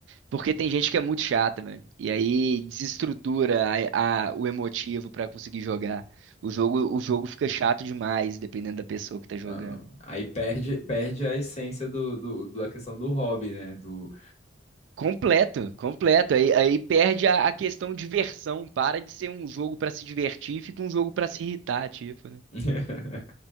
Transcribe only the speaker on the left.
Ah, aí perde, perde a essência do, do, da questão do hobby, né? Do...
<laughs>